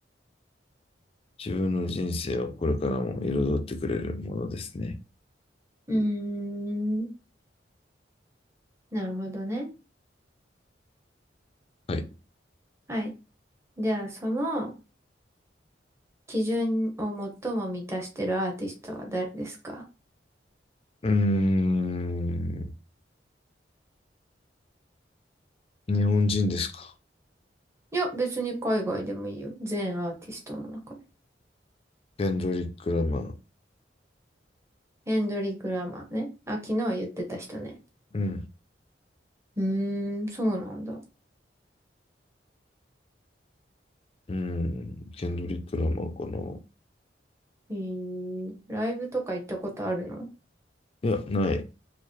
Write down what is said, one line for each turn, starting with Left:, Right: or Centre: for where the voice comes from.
Left: 自分の人生をこれからも彩ってくれるものですね。
Right: うーん。なるほどね。
Left: はい。
Right: はい。じゃあ、その基準を最も満たしてるアーティストは誰ですか
Left: うーん、日本人ですか
Right: いや、別に海外でもいいよ。全アーティストの中で。
Left: ケンドリック・ラマー。
Right: エンドリック・ラマーね。あ、昨日言ってた人ね。
Left: うん。
Right: うーん、そうなんだ。
Left: うん。ケンドリック・ラマーかな。
Right: えー、ライブとか行ったことあるの
Left: いや、ない。